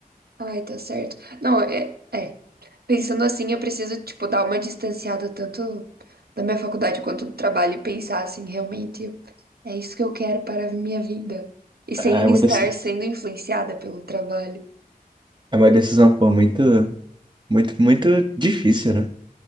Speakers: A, on the right; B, on the right.
A: Ai, tá certo. Não, é, é. Pensando assim, eu preciso, tipo, dar uma distanciada tanto da minha faculdade quanto do trabalho e pensar assim, realmente, é isso que eu quero para a minha vida. E sem
B: É uma
A: estar
B: decisão,
A: sendo influenciada pelo trabalho.
B: é uma decisão, pô, muito, muito, muito difícil, né?